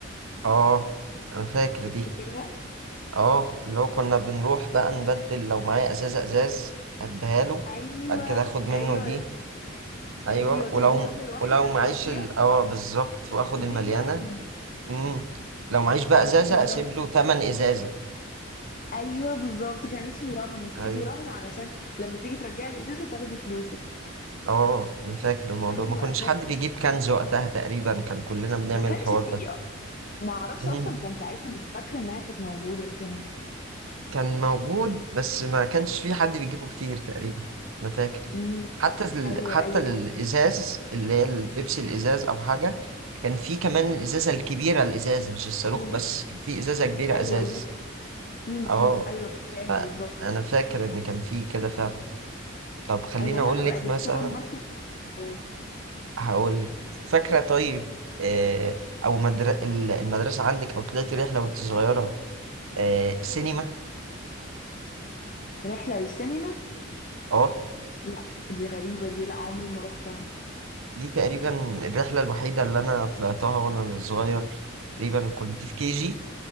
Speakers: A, on the right (about 80°); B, on the left (about 40°).
A: اه انا فاكر
B: تفتكرها
A: دي اه اللي هو كنا بنروح بقى نبدل لو معايا ازازة ازاز اديها له
B: ايوه
A: بعد كده اخد منه
B: ايوه
A: دي ايوه
B: ايوه
A: ولو
B: تدي الراجل واحده
A: ولو معيش
B: فاضيه
A: ال... اه بالظبط واخد
B: تسيب
A: المليانه
B: رهن
A: امم لو معيش بقى
B: او
A: ازازه
B: تسيب
A: اسيب
B: رهن
A: له تمن ازازه
B: ايوه بالظبط كان اسمه رهن تسيبي
A: ايوه
B: رهن علشان لما تيجي ترجعي الازازه تاخدي فلوسك
A: اه انا فاكر الموضوع
B: ايوه
A: ما كنش
B: انا فاكره
A: حد بيجيب كنز وقتها تقريبا كان كلنا بنعمل
B: ما كانش
A: الحوار ده
B: فيه ما اعرفش
A: مم.
B: اصلا كان ساعتها مش فاكره انها كانت موجوده الكنز
A: كان موجود بس ما كانش في حد بيجيبه كتير تقريبا انا فاكر
B: امم
A: حتى ال...
B: ايوه
A: حتى
B: ايوه
A: الازاز اللي هي البيبسي الازاز او حاجه كان في كمان الازازه الكبيره الازاز مش الصاروخ
B: اللتر
A: بس كان في ازازه كبيره
B: ايوه
A: ازاز
B: اللتر امم
A: اه
B: ايوه فاكراها
A: فانا
B: بالظبط
A: فاكر ان كان في كده فعلا طب خليني
B: ايوه لا
A: اقول
B: بقى
A: لك
B: السوبر
A: مثلا
B: ماركت قول
A: هقول لك فاكره طيب آه او مدر... ال- المدرسه عندك او طلعتي رحله وانت صغيره آه سينما
B: رحله للسينما
A: اه
B: لا دي غريبه دي لا عمري ما رحتها
A: دي تقريبا الرحله الوحيده اللي انا طلعتها وانا صغير تقريبا كنت في كي جي